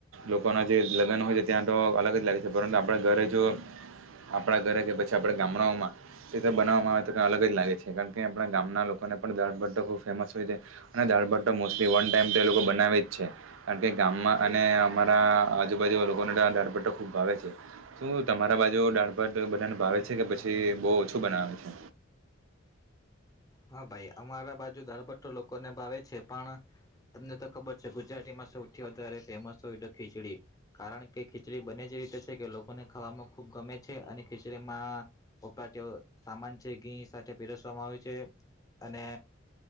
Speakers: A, on the right; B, on the left.
A: લોકોના જે લગ્ન હોય છે ત્યાં તો અલગ જ લાગે છે. પરંતુ આપણા ઘરે જો આપણા ઘરે કે પછી આપણા ગામડાઓમાં એ રીતે બનાવવામાં આવે તો કંઈ અલગ જ લાગે છે કારણ કે આપણા ગામના લોકોને પણ દાળભાત ખૂબ ફેમસ હોય છે અને દાળભાત મોસ્ટલી વન ટાઈમ તો એ લોકો બનાવે જ છે કારણ કે ગામમાં અને અમારા આજુબાજુ લોકોને તો આ દાળભાત ખૂબ ભાવે. શું તમારા બાજુ દાળભાત બધાને ભાવે છે કે પછી બોવ ઓછું બનાવે છે
B: હા ભાઈ અમારા બા જો દાળભાત તો લોકોને ભાવે છે પણ તમને તો ખબર છે ગુજરાતીમાં સૌથી વધારે ફેમસ હોય તો ખીચડી કારણ કે ખીચડી બને જ રીતે છે કે લોકોને ખાવામાં ખૂબ ગમે છે અને ખીચડીમાં વપરાતો સામાન છે ઘી સાથે પીરસવામાં આવે છે અને